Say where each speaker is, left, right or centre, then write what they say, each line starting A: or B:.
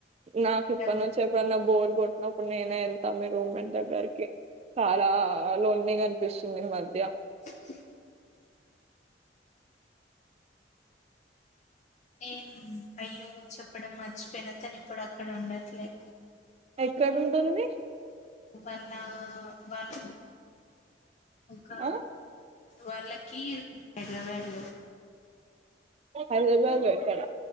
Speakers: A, on the right; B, on the left.
A: నాకు
B: మీ
A: ఇప్పటి
B: దగ్గర
A: నుంచి ఎప్పుడన్నా బోర్ కొట్టినప్పుడు నేనే వె మీ రూమ్మేట్ దగ్గరకి చాలా అలోన్గా అనిపిస్తుంది ఈ మధ్య
B: <unintelligible> ఏ అయ్యో చెప్పడం మర్చిపోయిన నతని ఇప్పుడు అక్కడ ఉండట్లేదు
A: ఎక్కడ ఉంటుంది
B: వాళ్ళా వాళ్ళ ఒకా
A: ఆ
B: వాళ్ళకి ఇ హైడ్రాబాడ్
A: హైదరాబాద్ లోక్కడ